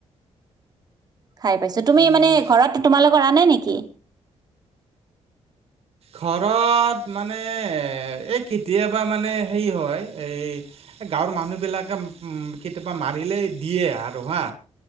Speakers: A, on the right; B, on the right.
A: খাই পাইছো তুমি
B: উম।
A: মানে ঘৰত তোমালোকৰ আনে নেকি
B: ঘৰত মানে এই কেতিয়াবা মানে হেৰি হয় এই গাঁৱৰ মানুহবিলাকে কেতিয়াবা মাৰিলেই দিয়ে আৰু হা